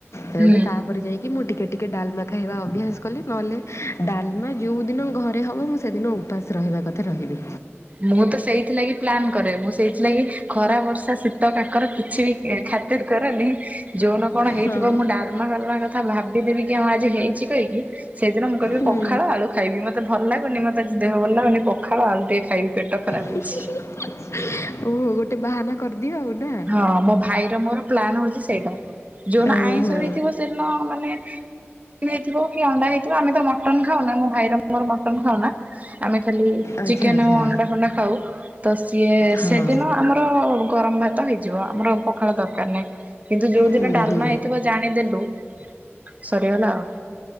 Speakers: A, on the left; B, on the right.
A: ତଣୁ
B: ହୁଁ।
A: ତାପରେ ଯାଇକି ମୁଁ ଟିକେ ଟିକେ ଡାଲମା ଖାଇବା ଅଭ୍ୟାସ କଲି ନହେଲେ ଡାଲମା ଯେଉଁ ଦିନ ଘରେ ହେବ ମୁଁ ସେ ସେଦିନ ଉପାସ ରହିବା କଥା ରହିବି।
B: ମୁଁ ତ ସେଇଥିଲାଗି ପ୍ଲାନ୍ କରେ ମୁଁ ସେଇଥିଲାଗି ଖରା ବର୍ଷା ଶୀତ କାକର କିଛି ବି ଏ ଖାତିର କରନି ଯୋଉନ କଣ ହେଇଥିବ
A: ହଁ।
B: ମୁଁ ଡାଲ୍ ମାଲମା କଥା ଭାବିଦେବି କି ଆମ ଆଜି ହେଇଛି କହିିକି ସେଇଦିନ ମୁଁ କହିବି
A: ହୁଁ
B: ପଖାଳ ଆଳୁ ଖାଇବି ମତେ ଭଲ ଲାଗୁନି ମତେ ଆଜି ଦେହ ଭଲ ଲାଗୁନି ପଖାଳ ଆଳୁ ଟିକେ ଖାଇବି ପେଟ ଖରାପ
A: ଓହୋ
B: ହେଇଛି।
A: ଗୋଟେ ବାହାନା କରିଦିଅ ଆଉ। ନା
B: ହଁ ମୋ ଭାଇର ମୋର ପ୍ଲାନ୍ ହଉଛି ସେଇଟା ଯୋଉନ
A: ଓହୋ
B: ଆଇଁଷ ହେଇଥିବ ସେଦିନ ମାନେ ହେଇଥିବ କି ଅଣ୍ଡା ହେଇଥିବ ଆମେ ତ ମଟନ ଖାଉନା ମୋ ଭାଇର ମୋର ମଟନ ଖାଉନା। ଆମେ ଖାଲି
A: ଆଚ୍ଛା
B: ଚିକେନ
A: ଆଚ୍ଛା
B: ଆଉ ଅଣ୍ଡା ଫଣ୍ଡା ଖାଉ ତ ସିଏ
A: ହଁ
B: ସେଦିନ ଆମର ଗରମ ଭା ତ ହେଇଯିବ ଆମର ପଖାଳ ଦରକାର ନାହିଁ କିନ୍ତୁ ଯୋଉ
A: ହୁଁ
B: ଦିନ ଡାଲମା
A: ହୁଁ
B: ହେଇଥିବ ଜାଣିଦେଲୁ ସରିଗଲା ଆଉ।